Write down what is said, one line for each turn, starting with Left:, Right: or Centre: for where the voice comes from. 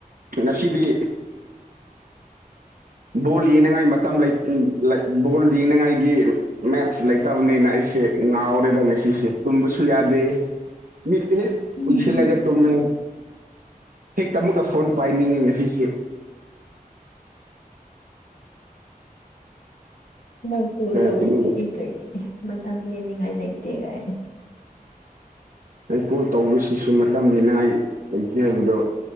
Right: ꯉꯁꯤꯗꯤ ꯕꯣꯜ ꯌꯦꯡꯅꯉꯥꯏ ꯃꯇꯝ ꯂꯩ ꯕꯣꯜ ꯌꯦꯡꯅꯉꯥꯏꯒꯤ ꯃꯦꯠꯁ ꯂꯩꯇꯕꯅꯤꯅ ꯑꯩꯁꯦ ꯉꯥꯎꯔꯦꯗ ꯉꯁꯤꯁꯦ ꯇꯨꯝꯕꯁꯨ ꯌꯥꯗꯦ ꯃꯤꯠꯇꯦ
Left: ꯎꯝ
Right: ꯄꯁꯤꯂꯒ ꯇꯨꯃꯦ ꯍꯦꯛꯇꯃꯨꯜꯂ ꯐꯣꯟ ꯄꯥꯏꯅꯤꯡꯉꯦ ꯉꯁꯤꯁꯤꯦ
Left: ꯅꯪ ꯀꯣꯜ
Right: ꯀꯩꯅꯣ
Left: ꯇꯧꯋꯗꯨꯗꯤ
Right: ꯇꯨꯃꯤꯟ ꯂꯩ
Left: ꯀꯔꯤ ꯃꯇꯝꯥꯡ ꯂꯦꯟꯅꯤꯡꯉꯥꯏ ꯂꯩꯇꯦ ꯀꯥꯏꯅ
Right: ꯑꯩ ꯀꯣꯜ ꯇꯧꯕꯁꯤꯁꯨ ꯃꯇꯝ ꯂꯩꯅꯉꯥꯏ ꯂꯩꯇꯦ ꯍꯥꯏꯕꯗꯣ